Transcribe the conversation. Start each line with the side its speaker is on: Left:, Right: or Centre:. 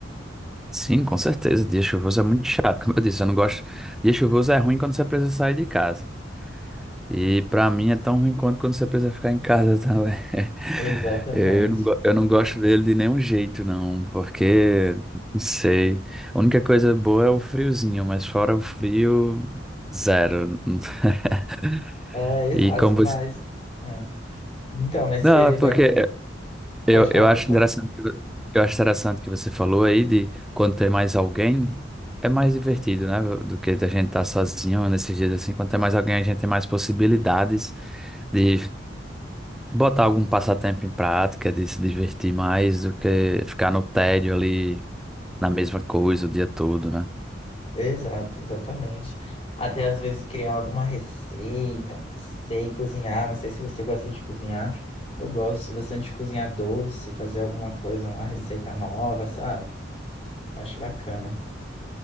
Centre: Sim, com certeza. Dia chuvoso é muito chato, <laughs> como eu disse, eu não gosto. Dia chuvoso é ruim quando você precisa sair de casa. E pra mim é tão ruim quanto quando você precisa ficar em casa também. <laughs>
Left: Exatamente.
Centre: Eu não, go- eu não gosto dele de nenhum jeito, não, porque, não sei. A única coisa boa é o friozinho, mas fora o frio, zero. <laughs>
Left: É, exato,
Centre: E como
Left: mas.
Centre: você
Left: é. Então, nesse
Centre: Não,
Left: período.
Centre: é porque
Left: ag-
Centre: eu,
Left: Pode falar,
Centre: eu acho
Left: pode falar.
Centre: interessante que, vo- eu acho interessante que você falou aí de quando tem mais alguém, é mais divertido, né? Do que a gente tá sozinho nesses dias assim. Quando tem mais alguém, a gente tem mais possibilidades de botar algum passatempo em prática, de se divertir mais do que ficar no tédio ali na mesma coisa o dia todo, né?
Left: Exato, exatamente. Até às vezes criar alguma receita, não sei cozinhar, não sei se você gosta de cozinhar. Eu gosto bastante de cozinhar doce, fazer alguma coisa, uma receita nova, sabe? Acho bacana.